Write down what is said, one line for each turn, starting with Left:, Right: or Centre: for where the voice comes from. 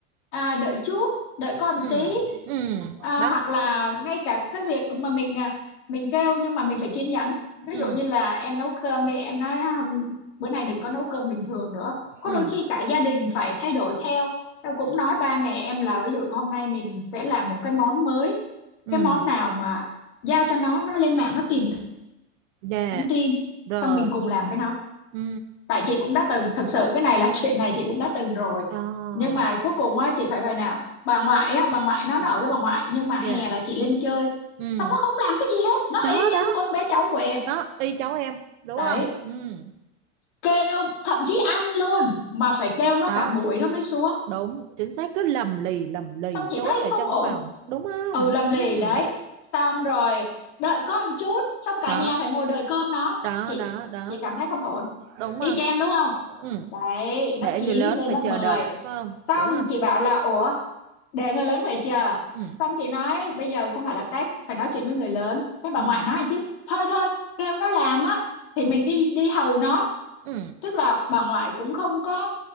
Left: à, đợi chút đợi con
Right: ừ,
Left: tí
Right: ừ,
Left: à,
Right: đó
Left: hoặc là ngay cả cái việc mà mình à, mình kêu nhưng mà mình phải kiên nhẫn ví
Right: ừ,
Left: dụ như là em nấu cơm đi em nói "À, hôm- bữa nay đừng có nấu cơm bình thường nữa có
Right: ừ,
Left: đôi khi cả gia đình phải thay đổi theo Tao cũng nói ba mẹ em là ví dụ hôm nay mình sẽ làm một cái món mới
Right: ừ,
Left: cái món nào mà giao cho nó nó lên mạng nó tìm
Right: dạ
Left: thông tin
Right: rồi
Left: xong mình cùng làm với nó
Right: ừ,
Left: tại chị cũng đã từng thực sự cái này là <laughs> chuyện này chị cũng đã từng rồi
Right: đó
Left: nhưng mà cuối cùng á chị phải vậy nè bà ngoại á bà ngoại nó
Right: ừ,
Left: nó ở với bà ngoại nhưng mà
Right: dạ
Left: hè là chị lên chơi
Right: ừ,
Left: xong nó không làm cái gì hết nó
Right: đó
Left: y như
Right: đó
Left: con bé cháu của em
Right: đó y cháu em đúng
Left: đấy
Right: không ừ,
Left: kêu thậm chí ăn luôn mà phải kêu nó
Right: đó
Left: cả buổi nó mới xuống
Right: đúng chính xác cứ lầm lì lầm lì
Left: xong chị
Right: trốn
Left: thấy
Right: ở
Left: không
Right: trong
Left: ổn
Right: phòng đúng không
Left: ừ làm lì
Right: ừ.
Left: đấy xong rồi đợi có một chút xong cả
Right: đó
Left: nhà phải ngồi đợi cơm nó
Right: đó
Left: chị
Right: đó đó
Left: chị cảm thấy không ổn
Right: đúng
Left: y
Right: không
Left: chang đúng không
Right: ừ.
Left: đấy lớp
Right: để
Left: 9
Right: người lớn
Left: lên
Right: phải
Left: lớp
Right: chờ
Left: mười
Right: đợi phải không
Left: xong
Right: đúng không
Left: chị bảo là ủa để người lớn phải chờ
Right: ừ.
Left: xong chị nói bây giờ không phải là cách phải nói chuyện với người lớn cái bà
Right: Ừ.
Left: ngoại nói chứ thôi thôi kêu nó làm á thì mình đi đi hầu nó
Right: Ừ.
Left: tức là bà ngoại cũng không có